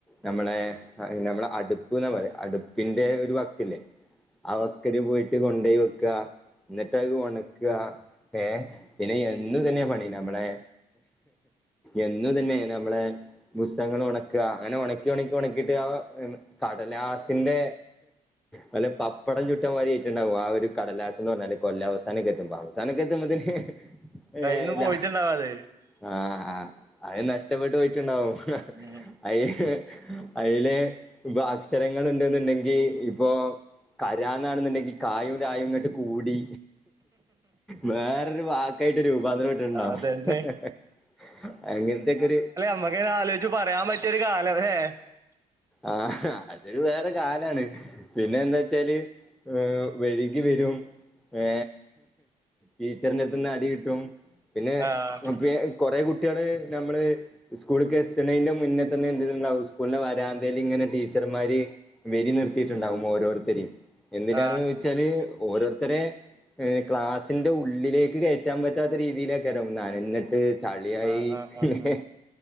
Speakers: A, in the centre; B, on the right (about 15°).
A: നമ്മളെ ആഹ് നമ്മളെ അടുപ്പ്ന്നാ പറയാ അടുപ്പിന്റെ ഒരു വക്കല്ലേ അവക്കരു പോയിട്ട് കൊണ്ടയ് വെക്കാ ന്നട്ട് അത് ഒണക്കാ ഏഹ് പിന്നെ
B: ഉം
A: എന്നും ഇതന്നെ പണി നമ്മളെ എന്നു ഇതന്നെ നമ്മളെ പുസ്തകങ്ങൾ ഒണക്ക അങ്ങനെ ഒണക്കി ഒണക്കി ഒണക്കിട്ട് ആ കടലാസിന്റെ വല്ല പപ്പടം ചുട്ട മാരിയ്ട്ടുണ്ടാവും ആ ഒരു കടലാസ്ന്ന് പർഞ്ഞാല് കൊല്ലവസാനൊക്കെത്തുംമ്പോ <unintelligible> മതിന് ഏഹ്
B: കയ്യിന്ന്
A: ഇല്ല
B: പോയിട്ടുണ്ടാവും അത്
A: ആഹ് ആഹ് അഅ് നഷ്ടപ്പെട്ടു പോയിട്ട്ണ്ടാവും
B: ഉം
A: അയ്ന് അയ്ലെ പ്പൊ അക്ഷരങ്ങൾ ഉണ്ട്ന്നുണ്ടെങ്കി ഇപ്പൊ കരാ ന്നാണെന്ന്ണ്ടെങ്കി കായും രായുംങ്ങട്ട് കൂടി വേറൊരു വാക്കായിട്ട് രൂപാന്തര <unintelligible>
B: അതന്നെ
A: അങ്ങൻത്തെക്കൊരു
B: മ്മക്കത് ആലോയ്ച്ച് പറയാൻ പറ്റിയൊരു കാലം അതെ
A: ആഹ് അതൊരു വേറെ കാലാണ് പിന്നെ എന്താ ച്ചാല് ഏ വഴുകി വരും ഏ ഈ <unintelligible> ചെരന്റെട്ത്ത്ന്ന് അടി കിട്ടും പിന്നെ
B: ആഹ്
A: <unintelligible> കൊറേ കുട്ടികള് നമ്മള് സ്കൂള്ക്ക് എത്തണെന്റെ മുന്നെ തന്നെ എ <unintelligible> സ്കൂളെ വരാൻ <unintelligible> ഇങ്ങനെ ടീച്ചർമാര് വരി നിർത്തിയിട്ടുണ്ടാകും ഓരോരുത്തരിം എന്തിനാന്ന്
B: ആഹ്
A: ചോ <unintelligible> ഓരോരുത്തരെ ക്ലാസ്സിന്റെ ഉള്ളിലേക്ക് കയറ്റാൻ പറ്റാത്ത രീതിയിലാക്കാരം നനഞ്ഞി ട്ട് ചളിയായി
B: ആഹ് ആഹ്
A: പിന്നെ
B: ആഹ്